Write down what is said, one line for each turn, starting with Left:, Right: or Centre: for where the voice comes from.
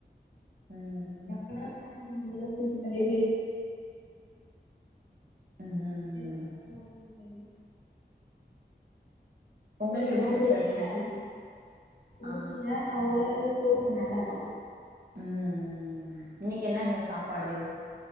Right: ம்
Left: எப்டியே மெனேஜ் தூது தளி <unintelligible>
Right: ம்
Left: எதிர் பாத்து பூ உள்ளது
Right: உங்களுக்கு
Left: பேற
Right: எப்டி சிஸ்டர்
Left: கேட்டு
Right: இன்னைக்கு
Left: பேற இன்னிக்கி
Right: ஆ
Left: தா ஓரளவு போக்கு நல்ல இல்ல
Right: ம் இன்னைக்கி என்ன சாப்பாடு